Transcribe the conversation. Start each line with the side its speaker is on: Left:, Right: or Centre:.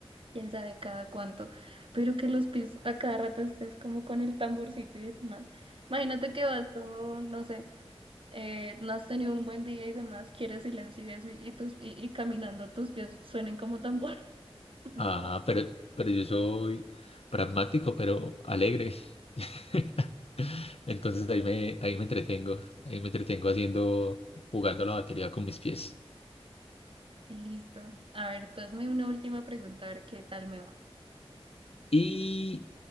Right: quién sabe cada cuánto, pero que los pies a cada rato estés como con el tamborcito y demás. Imagínate que vas todo, no sé, eh, no has tenido un buen día y demás, quieres silencio y eso, y, y tus, y, y caminando tus pies suenen como tambor. <laughs> No.
Left: Ah, pero, pero yo soy pragmático, pero alegre. <laughs> Entonces
Right: Bueno,
Left: ahí me, ahí me entretengo. Ahí me entretengo haciendo, jugando la batería con mis pies.
Right: listo. A ver, tú hazme una última pregunta, a ver qué tal me va.
Left: ¿Y